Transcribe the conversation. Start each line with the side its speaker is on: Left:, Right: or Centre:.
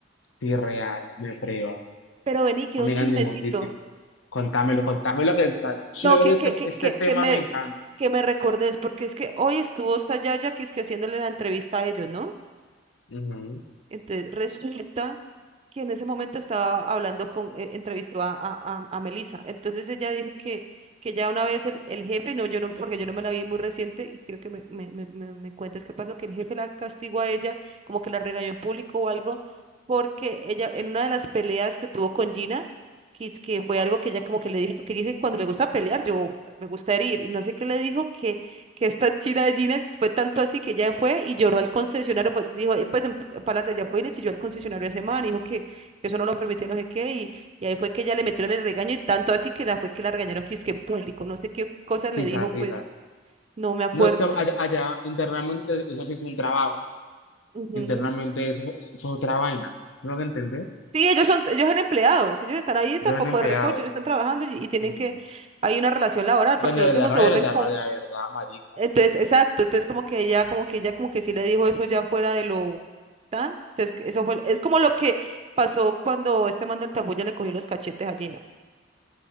Left: Sí, real, me prueba.
Right: Pero vení, quiero
Left: Amiga,
Right: un chismecito.
Left: en ningún sitio. Contámelo, contámelo que está chévere
Right: No, que,
Left: este,
Right: que, que,
Left: este
Right: que,
Left: tema,
Right: que me,
Left: me encanta.
Right: que me recordes, porque es que hoy estuvo esta Yaya que es que haciéndole la entrevista a ellos, ¿no?
Left: Ujú.
Right: Entonces resulta que en ese momento estaba hablando con, eh, entrevistó a, a, a- a Melissa. Entonces ella dijo que, que ya una vez el, el jefe, no, yo no, porque yo no me la vi muy reciente y quiero que me, me, me, me- me cuentes qué pasó, que el jefe la castigó a ella, como que la regañó en público o algo, porque ella en una de las peleas que tuvo con Gina, que, es que fue algo que ella como que le dijo, porque dice, cuando me gusta pelear, yo eh, me gusta herir, y no sé qué le dijo que esta china de Gina fue tanto así que ella fue y lloró al concesionario, pues dijo, eh, pues en palata ya fue y le chilló al concesionario a ese man, dijo que, que eso no lo permitía, no sé qué, y, y ahí fue que ella le metieron el regaño y tanto así que la fue que la regañaron que es que en público, no sé qué cosa le
Left: Quizás,
Right: dijo, pues
Left: quizás.
Right: no me acuerdo.
Left: No es que allá, allá internamente eso sí es un trabajo.
Right: Ujú.
Left: Internamente eso, eso es otra vaina. ¿No lo que entendés?
Right: Sí, ellos son, ellos son empleados, ellos están ahí tampoco
Left: Yo soy un empleado.
Right: de recoche, ellos están trabajando y, y tienen
Left: Mm.
Right: que, hay una relación laboral,
Left: Cuando
Right: porque al
Left: les
Right: último
Left: da rabia,
Right: se vuelven,
Left: les da
Right: com-
Left: rabia, ¿verdad, marica?
Right: Entonces, exacto, entonces como que ella, como que ella como que sí le dijo eso ya fuera de lo tan. Entonces, que eso fue, es como lo que pasó cuando este man del tapuya le cogió los cachetes a Gina,